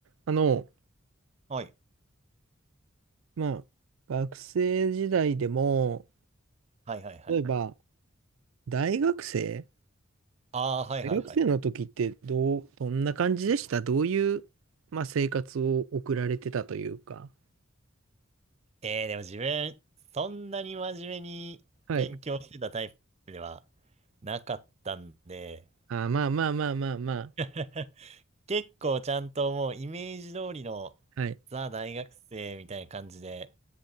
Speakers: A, on the right; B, on the right.
A: あの、
B: はい。
A: まあ、学生時代でも、
B: はいはいはい。
A: 例えば、大学生
B: ああ、はいはいはい。
A: 大学生の時ってどう、どんな感じでしたどういう、まあ、生活を送られてたというか。
B: えー、でも自分、そんなに真面目に勉強してたタイプでは
A: はい。
B: なかったんで、
A: あー、まあまあまあまあまあ。
B: <laughs> 結構ちゃんともうイメージ通りの
A: はい。
B: ザ大学生みたいな感じで、